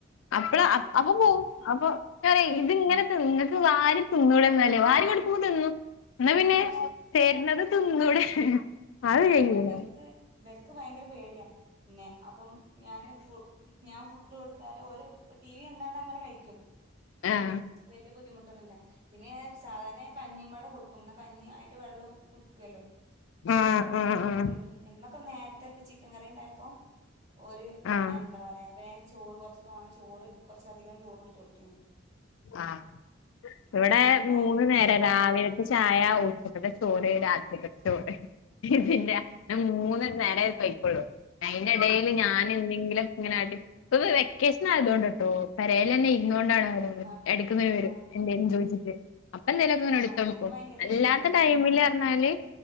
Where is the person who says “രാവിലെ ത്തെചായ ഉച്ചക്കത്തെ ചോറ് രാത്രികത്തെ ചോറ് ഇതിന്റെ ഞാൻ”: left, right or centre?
Left